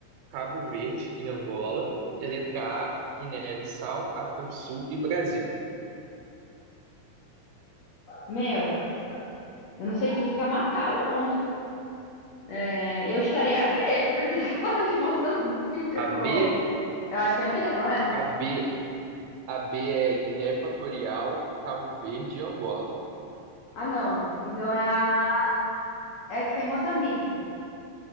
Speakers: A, on the right; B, on the left.
A: Cabo Verde e Angola. E a letra A, Guiné-Bissau, África do Sul e Brasil.
B: Meu, eu não sei o que que é Macau, não. É, eu estaria B, porque <laughs> tá falando de Moçambique, tipo...
A: A B,
B: Eu acho que é B, não é?
A: a B, a B é Guiné Equatorial, Cabo Verde e Angola.
B: Ah, não. Então é a... É a que tem Moçambique.